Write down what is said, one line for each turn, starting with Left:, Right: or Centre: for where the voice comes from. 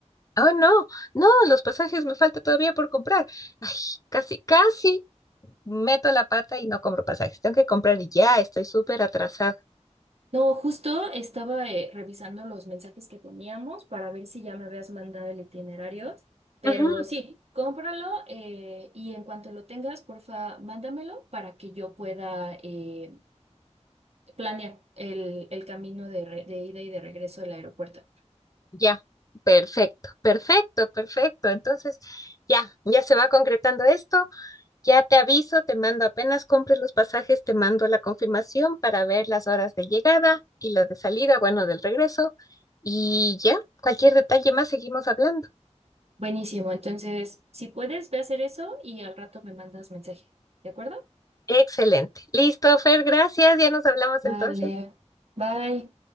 Left: Oh, no, no, los pasajes me falta todavía por comprar. Ay, casi, casi meto la pata y no compro pasajes. Tengo que comprar ya, estoy súper atrasada.
Right: No, justo estaba eh, revisando los mensajes que teníamos para ver si ya me habías mandado el itinerario, pero
Left: Ujú,
Right: sí, cómpralo eh, y en cuanto lo tengas, porfa, mándamelo para que yo pueda eh, planear el, el camino de, re- de ida y de regreso del aeropuerto.
Left: ya, perfecto, perfecto, perfecto. Entonces, ya, ya se va concretando esto. Ya te aviso, te mando apenas compres los pasajes, te mando la confirmación para ver las horas de llegada y las de salida, bueno, del regreso. Y ya, cualquier detalle más seguimos hablando.
Right: Buenísimo, entonces, si puedes, ve a hacer eso y al rato me mandas mensaje, ¿de acuerdo?
Left: Excelente. Listo, Fer, gracias. Ya nos hablamos
Right: Vale,
Left: entonces.
Right: bye.